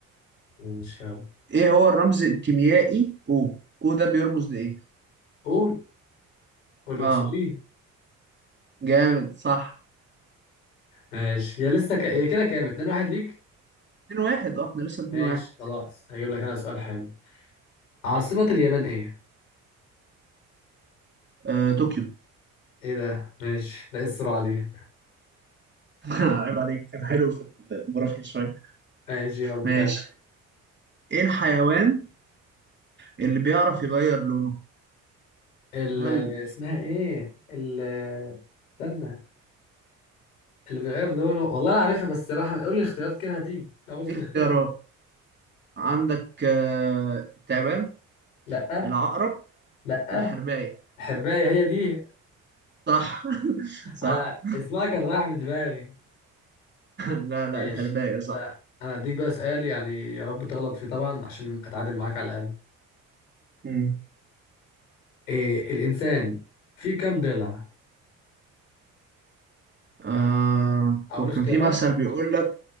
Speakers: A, on the left; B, on the right.
A: ماشي يلا
B: ايه هو الرمز الكيميائي او او ده بيرمز لإيه
A: قول قول الأكسجين
B: اه جامد صح
A: ماشي يا لسه ك... يا كده كام؟ اتنين واحد ليك؟
B: 2 1 اه احنا لسه 2
A: ماشي
B: 1
A: خلاص هجيب لك أنا سؤال حلو عاصمة اليابان ايه؟
B: آه طوكيو
A: ايه ده؟ ماشي ده ايه السرعة دي؟
B: <laughs> عيب عليك كان حلو في الجغرافيا شوية
A: ماشي يلا
B: ماشي
A: كام؟
B: ايه الحيوان اللي بيعرف يغير لونه
A: ال...
B: هل
A: اسمها ايه؟ ال... استنى اللي بيغير لونه والله أنا عارفها بس راح قول لي الاختيارات كده هتيجي أنا قلت
B: دي
A: الاختيار
B: اختيارات عندك آه التعبان
A: لا
B: العقرب
A: لا
B: الحرباية
A: حرباية هي دي
B: صح <laughs> صح
A: أنا اسمها كان رايح من دماغي
B: لا لا
A: ماشي
B: الحرباية
A: وأنت-
B: صح
A: انا هديك بقى سؤال يعني يا رب تغلط فيه طبعا عشان اتعادل معاك على الاقل
B: مم.
A: إيه الانسان فيه كام ضلع
B: آه
A: اقول
B: وكان
A: اختيارات
B: في مثل بيقول لك